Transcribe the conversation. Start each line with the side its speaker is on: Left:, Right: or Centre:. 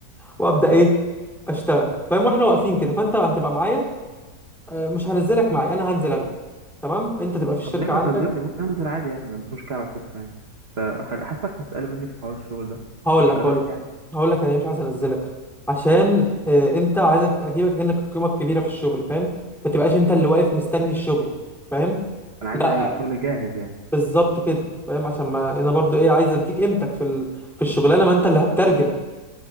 Centre: وابدا ايه اشتغل فاهم واحنا واقفين كده فانت هتبقى معايا آه، مش هنزلك معايا انا هنزل انا تمام انت تبقى في الشركه
Right: طب ليه ما
Centre: عندك
Right: تنزلني ممكن انزل عادي يعني ما عنديش مشكله على فكره يعني ف- خل- حاسسك مستقل مني في حوار الشغل ده
Centre: هقول
Right: بس
Centre: لك
Right: خلي
Centre: هقول
Right: بالك
Centre: لك
Right: يعني
Centre: هقول لك انا ليه مش عايز انزلك عشان اه انت عايزك اجيبك هنا القيمه الكبيره في الشغل فاهم ما تبقاش انت اللي واقف مستني الشغل فاهم
Right: انا عايز
Centre: لا
Right: شغل جاهز يعني
Centre: بالظبط كده فاهم عشان ما انا برضو ايه عايز اديك قيمتك في ال... في الشغلانه ما انت اللي هتترجم